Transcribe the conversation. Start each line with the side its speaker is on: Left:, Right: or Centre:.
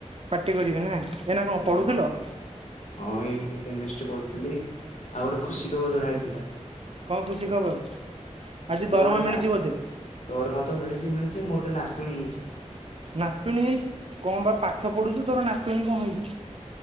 Right: ପାଟି କରିବେ ନା ଏଇନା କଣ
Left: ହୁଁ
Right: ପଢ଼ୁଥିଲ?
Left: ହଁ ଏଇ ଟିକେ କେମିଷ୍ଟ୍ରି ପଢ଼ୁଥିଲି ଆଉ ଗୋଟେ ଖୁସି ଖବର ଜଣେଇବାର ଥିଲା।
Right: କଣ ଖୁସି ଖବର ଆଜି
Left: ମୋର
Right: ଦରମା
Left: ଗୋଟେ ନା
Right: ମିଳିଛି ବୋଧେ?
Left: ଦରମା ତ ମିଳିଚି ମିଳିଚି ମୋର ଗୋଟେ ନାତୁଣୀ ହେଇଚି।
Right: ନାତୁଣୀ ହେଇଚି କଣ ବା ପାଠ ପଢୁଛୁ ତୋର ନାତୁଣୀ କଣ ହେଇଚି?